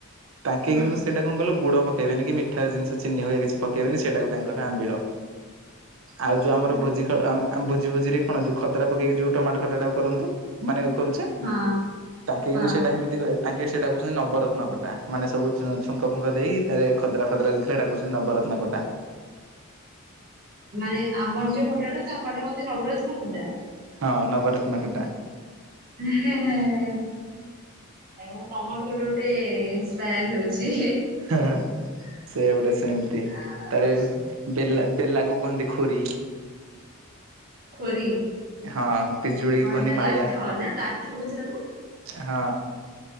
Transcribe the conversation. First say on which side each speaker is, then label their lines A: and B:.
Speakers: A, on the right; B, on the right.
A: ତାଙ୍କେ
B: ହଁ
A: କିନ୍ତୁ ସେଇଟା କଣ କହିଲ ଲଗୁଡ ପକେଇବେନି କି ମିଠା ଜିନିଷ ଚିନି ହଗ କିଛି ପକେଇବେନି ସେଟା ତାଙ୍କ ପାଇଁ ଆମ୍ବିଳ ଆଉ ଯୋଉ ଆମର
B: ହଁ
A: ଭୋଜି ଭୋଜି ଭୋଜିରେ କଣ ଯୋଉ ଖଦରା ପକେଇକି ଯୋଉ ଟମାଟ ଖଟାଟ ଟାକୁ କରନ୍ତୁ ମାନେ କରୁଛେ
B: ହଁ
A: ତାଙ୍କେ
B: ହଁ
A: କିନ୍ତୁ ସେଇଟା ସେମିତି ତାଙ୍କେ ସେଟା କହୁଛନ୍ତି ନବରତ୍ନ କଟା ମାନେ ସୁ ଛୁଙ୍କ ଫୁଙ୍କ ଦେଇ ତାରେ ଖଦରା ଫଦରା ଦେଇଥିଲେ ନବରତ୍ନ ଖଟା
B: ମାନେ ଆମର ଯୋଉ ଖୋଟା ରୁ ତାଙ୍କ ଆଡେ କନ୍ତି ନବରତ୍ନ ଖଟା
A: ହଁ ନବରତ୍ନ ଖଟା
B: ହଁ ହଁ ମୁଁ ତମଠୁ ଗୋଟେ ଗୋଟେ ଇନ୍ସପାୟାର ହଉଛି
A: ହଁ
B: ହଁ
A: ସେ ଗୋଟେ ସେମିତି
B: ଆଚ୍ଛା
A: ତାର ବେ ବେଲାକୁୁ କୁହନ୍ତି ଖୁରୀ
B: ଖୋରି
A: ହଁ ପିଜୁଳି
B: କହିଲ
A: କୁହନ୍ତି ମାୟା
B: ଲାଠ ନା ଲାଠ ବୁଝ ନା
A: ହଁ